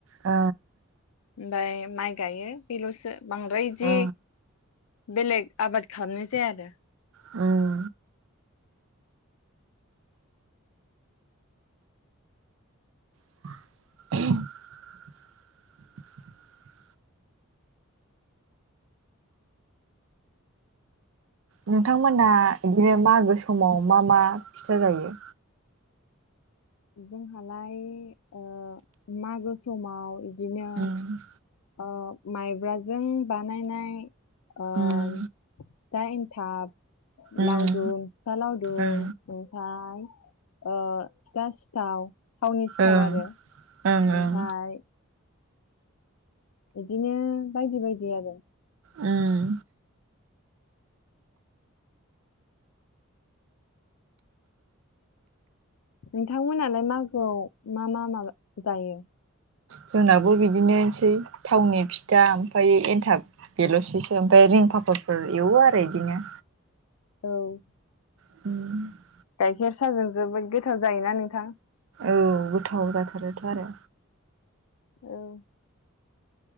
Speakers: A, on the right; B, on the left.
A: ओ
B: ओमबाय माइ गायो बेल'सो बांद्राय इदि
A: ओं
B: बेलेग आबाद खालामनाय जाया आरो
A: ओम <unintelligible> नोंथांमोना इदिनो मागो समाव मा मा फिथा जायो?
B: जोंहालाय ओ मागो समाव इदिनो
A: उम
B: ओ माइब्राजों बानायनाय ओ
A: उम
B: फिथा एन्थाब,
A: उम
B: लावदुम, फिथा लावदुम
A: ओं
B: ओमफाय ओ फिथा सिथाव थावनि सिथाव
A: ओं
B: आरो ओमफ्राय
A: ओं ओं
B: बिदिनो बायदि बायदि आरो
A: उम
B: नोंथांमोनालाय मागोआव मा मा माबा जायो
A: जोंनाबो बिदिनोसै थावनि फिथा ओमफाय एन्थाब बेल'सेसो ओमफ्राय रिं फाफाफोर एवो आरो इदिनो
B: औ
A: <inaudible>
B: गाइखेर साजों जोबोद गोथाव जायोना नोंथां
A: औ गोथाव जाथारोथ' आरो
B: औ